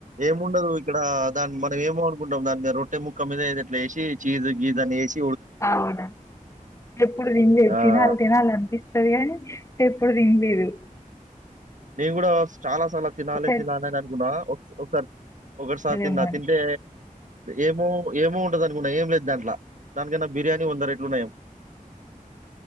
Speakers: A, on the right; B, on the left.
A: ఏముండదు ఇక్కడా, దాని మ. మేము ఏమో అనుకుంటాం, దా మీద రొట్టె ముక్క మీదఎదేట్ల ఎసి, చీజ్ గీజ్ అని ఎసి.
B: అవునా ఎప్పుడు తినలేదు
A: ఆహ్,
B: తినాలి తినాలి అనిపిస్తుంది కానీ ఎప్పుడు తినలేదు
A: నేనుకూడా చాలా సార్ల తినాలి
B: సెట్
A: తినాలి అని అనుకున్నా ఒక ఒకసారి తిన్న
B: ఏమో అని
A: తింటే ఏమో ఏమో ఉంటది అనుకున్నా ఏం లేదు దాంట్లో దానికన్నా బిర్యానీ వంద రేట్లు నయం